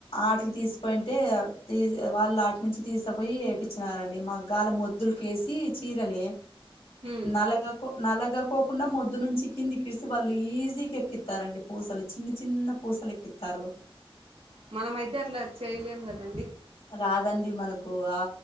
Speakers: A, on the left; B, on the right.
A: ఆటికి తీసిపోయింటే తీ వాళ్ళ అట నుంచి తీసికపోయి ఏపిచ్ రారండి మగ్గాల మొద్దులుకేసి చీరలే
B: హ్మ్.
A: నలగ కో నలగకోకుండా మొద్దు నుంచి కింది కిడిసి వాళ్ళు ఈజీకి ఎక్కిత్తారండి పూసలు చిన్న చిన్న పూసలెక్కిత్తర్రు
B: మనమయితే అట్లా చేయలేం కదండి
A: రాదండి మనకు ఆ